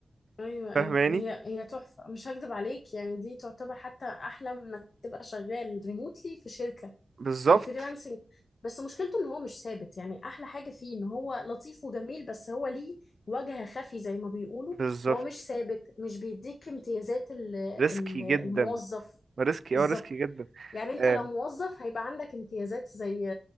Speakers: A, on the left; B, on the right.
A: ايوه ايوه
B: فاهماني
A: هي هي تحفه مش هكدب عليك يعني دي تعتبر حتى احلى من انك تبقى شغال ريموتلي في شركه
B: بالظبط
A: الفريلانسنج بس مشكلته ان هو مش ثابت يعني احلى حاجه فيه ان هو لطيف وجميل بس هو ليه وجه خفي زي ما بيقولوا
B: بالظبط
A: فهو مش ثابت مش بيديك امتيازات ال-
B: ريسكي
A: ال-
B: جدا
A: الموظف
B: ريسكي
A: بالظبط
B: اه ريسكي جدا
A: يعني انت
B: آه،
A: لو موظف هيبقى عندك امتيازات زي